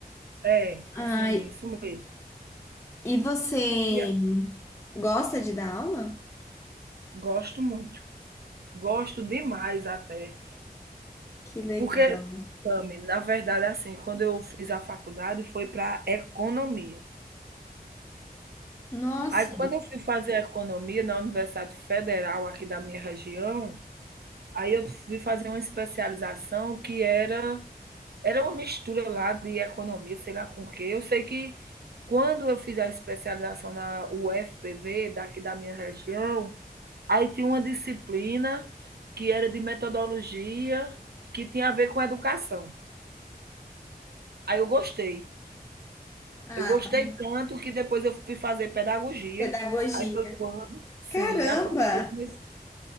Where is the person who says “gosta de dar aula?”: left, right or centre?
Left